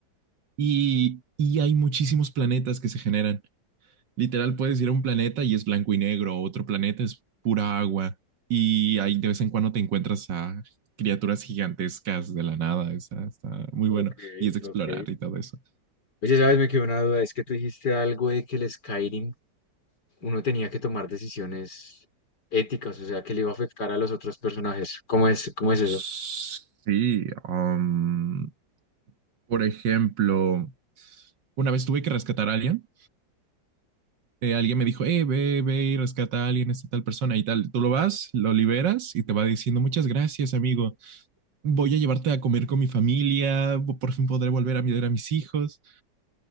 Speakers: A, on the right (about 70°); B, on the left (about 60°).
A: Y, y hay muchísimos planetas que se generan. Literal, puedes ir a un planeta y es blanco y negro, otro planeta es pura agua. Y ahí de vez en cuando te encuentras a criaturas gigantescas de la nada. Está, está muy bueno.
B: Ok,
A: Y es de explorar
B: ok.
A: y todo eso.
B: Oye, ¿sabes? Me quedó una duda. Es que tú dijiste algo de que el Skyrim uno tenía que tomar decisiones éticas, o sea, que le iba a afectar a los otros personajes. ¿Cómo es, cómo es
A: Sí,
B: eso?
A: um, Por ejemplo, una vez tuve que rescatar a alguien. eh, alguien me dijo, hey, ve, ve y rescata a alguien, esta tal persona y tal. Tú lo vas, lo liberas y te va diciendo, muchas gracias, amigo. Voy a llevarte a comer con mi familia. Por fin podré volver a mirar a mis hijos.